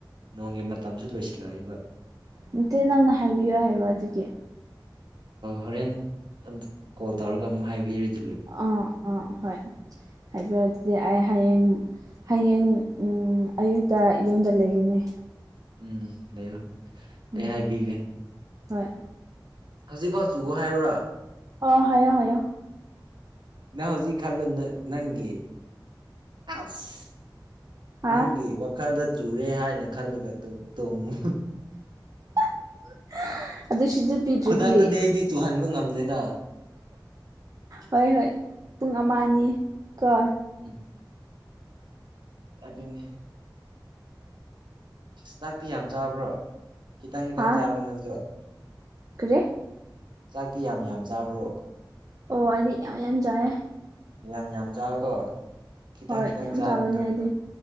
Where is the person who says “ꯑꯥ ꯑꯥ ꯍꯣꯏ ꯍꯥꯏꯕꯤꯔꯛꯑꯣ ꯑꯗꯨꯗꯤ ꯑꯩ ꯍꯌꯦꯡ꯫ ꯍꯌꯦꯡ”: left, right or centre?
Right